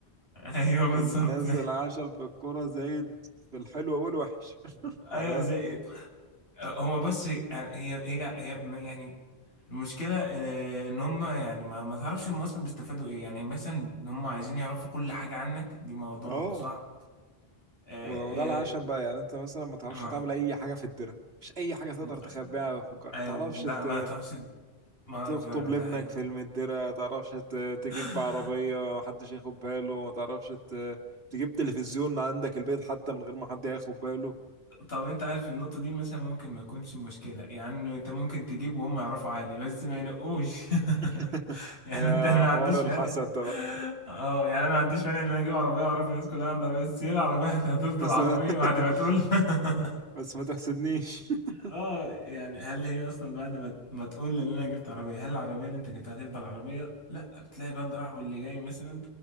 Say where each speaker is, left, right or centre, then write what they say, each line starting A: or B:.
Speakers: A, on the left; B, on the right.
A: ايوه بالظبط
B: الناس العشم في الكرة زايد في الحلو والوحش <laughs>
A: <laughs> ايوه
B: يعني هو-
A: زي هو بس آه، هي هي هي يعني المشكلة آه، إن هم يعني ما, ما تعرفش هم أصلا بيستفادوا إيه يعني مثلا إن هم عايزين يعرفوا كل حاجة عنك دي موضوع
B: اه
A: صعب آه
B: وده العشم
A: آه,
B: بقى يعني انت مثلا ما تعرفش
A: آه
B: تعمل اي حاجه في الدره مش اي حاجه تقدر تخبيها
A: آه،
B: في القرية
A: أيوه
B: ما تعرفش
A: ده
B: ت-
A: ما تعرفش ما
B: تخطب
A: فعلا
B: لابنك
A: ده حقيقي
B: في المدره ما تعرفش ت- تجيب
A: <laughs>
B: عربيه ما حدش ياخد باله ما تعرفش ت- تجيب تلفزيون عندك البيت حتى من غير ما حد ياخد باله
A: طب انت عارف النقطة دي مثلا ممكن ما تكونش مشكلة يعني انه انت ممكن تجيب وهم يعرفوا عادي بس ما ينقوش
B: <laughs>
A: <laughs> يعني
B: يا
A: انت انا ما
B: حوار
A: عنديش
B: الحسد
A: مانع
B: ده بقى
A: اه يعني انا ما عنديش مانع ان انا اجيب عربية واعرف الناس كلها عندها عربية بس هي العربية <laughs> هتفضل
B: بس
A: عربية بعد ما
B: <laughs>
A: تقول <laughs>
B: بس ما تحسدنيش <laughs>
A: اه يعني هل هي اصلا بعد ما ما تقول ان انا جبت عربية هل العربية اللي انت جبتها هتفضل عربية؟ لا بتلاقي بقى اللي راح واللي جاي مثلا